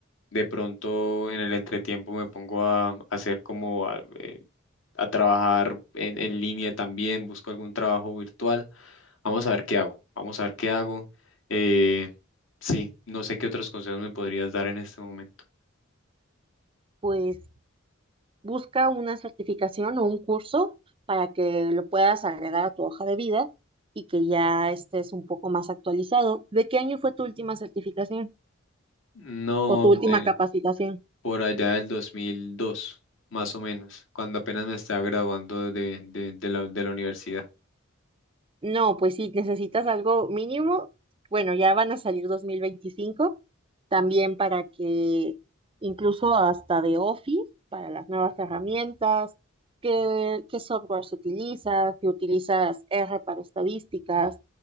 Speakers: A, on the left; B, on the right.
A: De pronto en el entretiempo me pongo a a hacer como a trabajar en, en línea también, busco algún trabajo virtual. Vamos a ver qué hago, vamos a ver qué hago. Eh, sí, no sé qué otros consejos me podrías dar en este momento.
B: Pues busca una certificación o un curso para que lo puedas agregar a tu hoja de vida y que ya estés un poco más actualizado. ¿De qué año fue tu última certificación
A: No,
B: o tu
A: de
B: última capacitación?
A: por allá del 2002 más o menos, cuando apenas me estaba graduando de, de, de la, de la universidad.
B: No, pues sí, necesitas algo mínimo. Bueno, ya van a salir 2025, también para que incluso hasta de Office, para las nuevas herramientas, qué, qué softwares utilizas, si utilizas R para estadísticas,